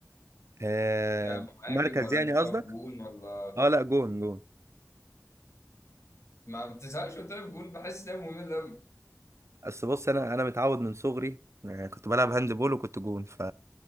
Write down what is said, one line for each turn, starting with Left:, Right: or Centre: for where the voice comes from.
Right: آه
Left: كمهاجم
Right: مركز
Left: ولا
Right: يعني
Left: انت بتلعب
Right: قصدك
Left: جون ولا
Right: اه لا جون جون
Left: ما بتزهقش وانت واقف جون بحس ان هي ممله قوي
Right: اصل بص انا انا متعود من صغري آه كنت بلعب هاند بول وكنت جون ف